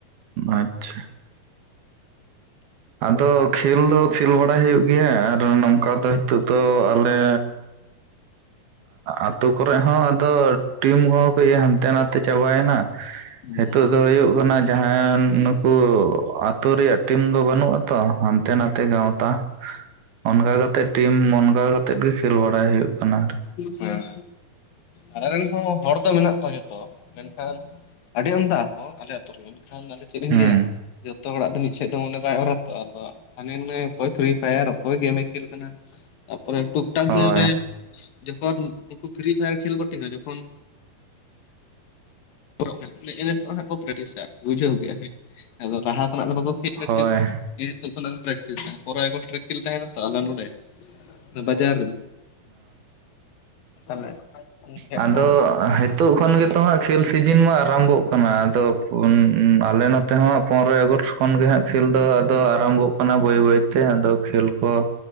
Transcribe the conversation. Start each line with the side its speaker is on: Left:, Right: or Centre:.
Right: ᱟᱪᱪᱷᱟ ᱟᱫᱚ ᱠᱷᱮᱞ ᱫᱚ ᱠᱷᱮᱞ ᱵᱟᱲᱟᱭ ᱦᱳᱭᱳᱜ ᱜᱮᱭᱟ ᱟᱨ ᱱᱚᱝᱠᱟ ᱫᱚ ᱦᱤᱛᱳᱜ ᱫᱚ ᱟᱞᱮ ᱟᱛᱳ ᱠᱚᱨᱮᱜ ᱦᱚᱸ ᱟᱫᱚ ᱴᱤᱢ ᱠᱚᱦᱚᱸ ᱠᱡ ᱦᱟᱱᱛᱮ ᱱᱟᱛᱮ ᱪᱟᱵᱟᱭᱱᱟ
Left: ᱦᱟᱸᱜ᱾
Right: ᱦᱤᱛᱳᱜ ᱫᱚ ᱦᱩᱭᱩᱜ ᱠᱟᱱᱟ ᱡᱟᱦᱟᱭ ᱱᱩᱠᱩ ᱟᱛᱳ ᱨᱮᱭᱟᱜ ᱴᱤᱢ ᱫᱚ ᱵᱟᱹᱱᱩᱜ ᱛᱚ ᱦᱟᱱᱛᱮ ᱱᱟᱛᱮ ᱜᱟᱶᱛᱟ ᱚᱱᱠᱟ ᱠᱟᱛᱮᱫ ᱴᱤᱢ ᱚᱱᱠᱟ ᱠᱟᱛᱮᱫ ᱜᱮ ᱠᱷᱮᱞ ᱵᱟᱲᱟᱭ ᱦᱩᱭᱩᱜ ᱠᱟᱱᱟ,
Left: ᱦᱮᱸ ᱟᱞᱮ ᱨᱮᱱ ᱦᱚᱸ ᱦᱚᱲ ᱫᱚ ᱢᱮᱱᱟᱜ ᱠᱚᱣᱟ ᱡᱚᱛᱚ ᱢᱮᱱᱠᱷᱟᱱ ᱟᱹᱰᱤ ᱟᱢᱫᱟ ᱟᱠᱚ ᱟᱞᱮ ᱟᱹᱛᱩ ᱨᱮ ᱢᱮᱱᱠᱷᱟᱱ ᱟᱫᱚ ᱪᱮᱫ ᱤᱧ
Right: ᱦᱩᱸ
Left: ᱞᱟᱹᱭᱟ ᱡᱚᱛᱚ ᱦᱚᱲ ᱟᱜ ᱫᱚ ᱢᱤᱫ ᱥᱮᱱ ᱫᱚ ᱢᱚᱱᱮ ᱵᱟᱭ ᱚᱨ ᱟᱛᱚ ᱟᱫᱚ ᱦᱟᱱᱮ ᱱᱮ ᱚᱠᱚᱭ ᱯᱷᱨᱤ ᱯᱷᱟᱭᱟᱨ ᱚᱠᱚᱭ ᱜᱮᱢᱮ ᱠᱷᱮᱞ ᱠᱟᱱᱟ ᱛᱟᱨᱯᱚᱨᱮ ᱴᱩᱠ ᱴᱟᱠ
Right: ᱦᱳᱭ
Left: ᱜᱮ ᱚᱱᱮ ᱡᱚᱠᱷᱚᱱ ᱩᱱᱠᱩ ᱯᱷᱨᱤ ᱯᱷᱟᱭᱟᱨ ᱠᱷᱮᱞ ᱵᱟᱴᱤ ᱠᱚ ᱡᱚᱠᱷᱚᱱ ᱠᱟᱱ ᱱᱤᱛᱚᱜ ᱦᱜ ᱠᱚ ᱯᱨᱮᱠᱴᱤᱥᱟ ᱵᱩᱡᱷᱟᱹᱣ ᱠᱮᱫ ᱟᱫᱚ ᱞᱟᱦᱟ ᱠᱷᱚᱱᱟᱜ ᱫᱚ ᱵᱟᱠᱚ ᱯᱨᱮᱠᱴᱤᱥ
Right: ᱦᱳᱭ
Left: ᱱᱤᱦᱟᱛ ᱯᱨᱠᱴᱤᱥ ᱯᱚᱨᱚ ᱮ ᱜᱥᱴ ᱨᱮᱠᱤᱞ ᱛᱟᱦᱮᱱᱟ ᱟᱞ ᱱᱚᱲᱰᱮ ᱵᱟᱡᱟᱨ ᱛᱟᱦᱚᱞᱮ ᱜᱮᱫ
Right: ᱦ ᱟᱫᱚ
Left: ᱠᱚ
Right: ᱦᱮᱛ ᱱᱤᱛᱚᱜ ᱠᱷᱚᱱ ᱜᱮᱛᱚ ᱦᱟᱸᱜ ᱠᱷᱮᱞ ᱥᱤᱡᱤᱱ ᱢᱟ ᱟᱨᱟᱢᱵᱷᱚᱜ ᱠᱟᱱᱟ ᱟᱫᱚ ᱟᱞᱮ ᱱᱚᱛᱮ ᱛᱮᱦᱚᱸ ᱯᱚᱱᱨᱚᱭ ᱟᱜᱚᱥᱴ ᱠᱷᱚᱱ ᱜᱮ ᱦᱟᱜ ᱠᱷᱮᱞ ᱫᱚ ᱟᱫᱚ ᱟᱨᱟᱢᱵᱷᱚᱜ ᱠᱟᱱᱟ ᱵᱟᱹᱭ ᱵᱟᱹᱭᱛᱮ ᱟᱫᱚ ᱠᱷᱮᱞ ᱠᱚ